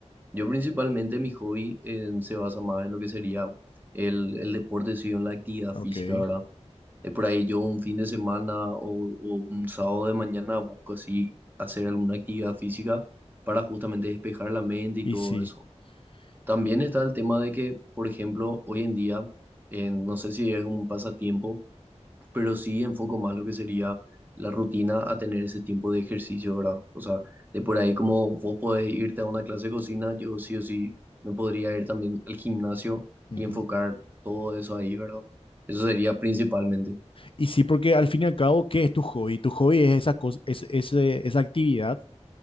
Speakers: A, on the right (about 15°); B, on the left (about 50°).
A: Yo principalmente mi hobby en- se basa más en lo que sería el, el deporte, sí, en la actividad física,
B: ok.
A: ¿verdad? Eh, por ahí yo un fin de semana o, o un sábado de mañana busco así hacer alguna actividad física para justamente despejar la mente y
B: Y
A: todo
B: sí.
A: eso. También
B: y-
A: está el tema de que, por ejemplo, hoy en día, eh, no sé si es un pasatiempo, pero sí enfoco más lo que sería la rutina a tener ese tiempo de ejercicio, ¿verdad? O sea, de por ahí como vos podés irte a una clase de cocina, yo sí o sí me podría ir también al gimnasio
B: Ujú.
A: y enfocar todo eso ahí, ¿verdad? Eso sería principalmente,
B: Y sí, porque al fin y al cabo, ¿qué es tu hobby? Tu hobby es esa cosa, es, ese- esa actividad